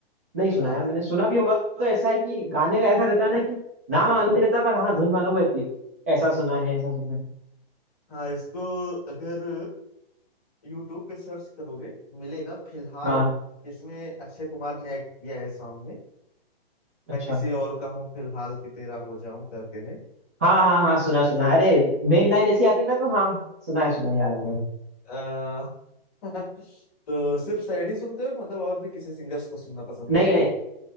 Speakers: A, on the right (about 15°); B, on the left (about 35°).
A: नहीं सुना
B: हाँ
A: यार मैंने सुना भी होगा तो ऐसा है कि गाने का ऐसा रहता है ना कि नाम मालूम नहीं रहता पर हाँ धुन मालूम रहती है ऐसा सुना
B: हाँ
A: है ऐसा सुना है
B: हाँ, इसको अगर यूट्यूब पे सर्च करोगे मिलेगा फिलहाल
A: हाँ
B: इसमें अक्षय कुमार ने एक्ट किया है सॉन्ग में
A: अच्छा
B: मैं किसी और का हूँ फिलहाल कि तेरा हो जाऊं करके
A: हाँ हाँ हाँ सुना सुना अरे मेन लाइन ऐसी आती है ना तो हाँ सुना है सुना है याद आ गया
B: है <laughs> तो सिर्फ सैड ही सुनते हो कि मतलब और भी किसी सिंगर्स को सुनना पसंद
A: नहीं
B: करते
A: नहीं
B: हो